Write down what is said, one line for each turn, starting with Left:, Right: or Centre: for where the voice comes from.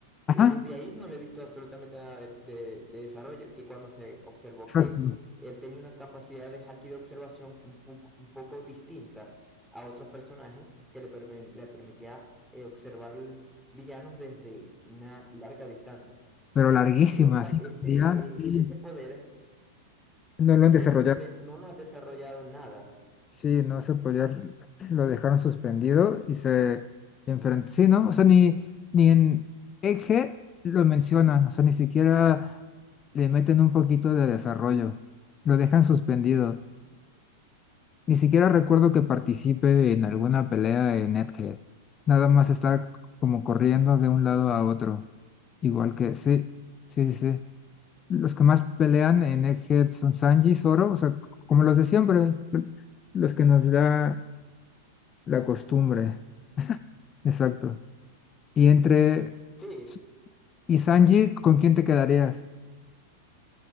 Left: Ajá,
Centre: Eh, desde ahí no le he visto absolutamente nada de, de- de desarrollo, que cuando se observó
Left: exacto,
Centre: que él tenía una capacidad de haki de observación un, pu- un poco distinta a otros personajes que le, permi- le permitía eh, observar villanos desde una larga distancia.
Left: pero larguísima,
Centre: Esa,
Left: sí,
Centre: ese,
Left: ya, sí,
Centre: ese poder,
Left: no lo han desarrollado,
Centre: ese poder no lo ha desarrollado nada.
Left: sí, no se apoyar, lo dejaron suspendido y se enfrentó, sí, ¿no? O sea, ni, ni en Eje lo mencionan, o sea, ni siquiera le meten un poquito de desarrollo, lo dejan suspendido. Ni siquiera recuerdo que participe en alguna pelea en Egghead, nada más está c- como corriendo de un lado a otro, igual que, sí, sí, sí, sí. los que más pelean en Egghead son Sanji, Zoro, o sea, c- como los de siempre, lo- los que nos da la costumbre, exacto. Y entre S-
Centre: Sí,
Left: S- y Sanji, ¿con quién te quedarías?